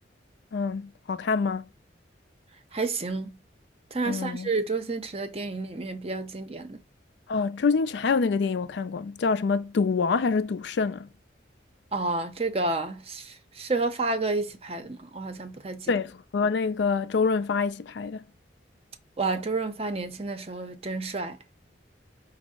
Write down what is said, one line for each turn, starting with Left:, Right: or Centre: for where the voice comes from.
Left: 嗯，好看吗？
Right: 还行，但是算是周星驰的电影里面比较经典的。
Left: 嗯，哦，周星驰还有那个电影我看过，叫什么《赌王》还是《赌圣》啊？
Right: 哦，这个是是和发哥一起拍的吗？我好像不太记得。
Left: 对，和那个周润发一起拍的。
Right: 哇，周润发年轻的时候真帅。